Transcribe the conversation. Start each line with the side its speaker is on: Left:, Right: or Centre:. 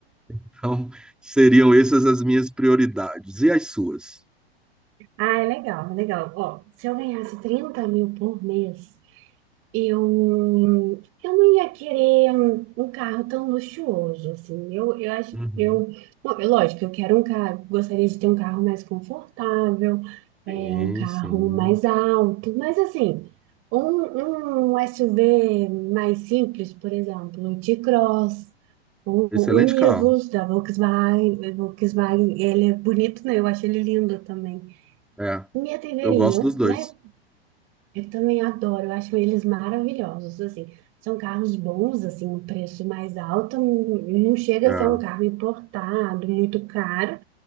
Centre: Então, seriam essas as minhas prioridades. E as suas?
Right: Ah, é legal, é legal. Ó, se eu ganhasse 30 mil por mês, Eu, eu não ia querer um, um carro tão luxuoso, assim. Eu, eu acho,
Centre: Uhum.
Right: eu, bom, é lógico, eu quero um carro, gostaria de ter um carro mais confortável, é,
Centre: Sim,
Right: um carro
Centre: sim.
Right: mais alto, mas assim, um, um SUV mais simples, por exemplo, o T-Cross, o,
Centre: Excelente
Right: o Nivus
Centre: carro.
Right: da Volkswagen, Volkswagen, ele é bonito, né? Eu acho ele lindo também
Centre: É,
Right: me atenderiam,
Centre: eu gosto dos dois.
Right: né? Eu também adoro, eu acho eles maravilhosos, assim. São carros bons, assim, um preço mais alto, n- não chega
Centre: É.
Right: a ser um carro importado, muito caro,